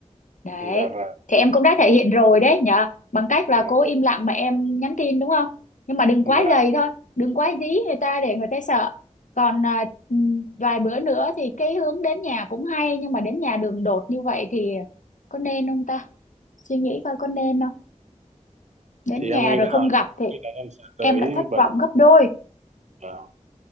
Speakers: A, on the left; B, on the right.
A: đấy
B: dạ vâng
A: thì em cũng đã thể hiện rồi đấy nhở bằng cách
B: dạ.
A: là cô
B: vâng.
A: im lặng mà em nhắn tin đúng không nhưng mà đừng
B: Và
A: quá dày thôi đừng quá dí người ta để người ta sợ còn à, ừm, vài bữa nữa thì cái hướng đến nhà cũng hay nhưng mà đến nhà đường đột như vậy thì có nên không ta suy nghĩ coi có nên không đến
B: thì
A: nhà
B: em nghĩ
A: rồi
B: là
A: không gặp thì
B: khi là em sẽ tới
A: em lại thất
B: bật
A: vọng gấp đôi
B: ờ,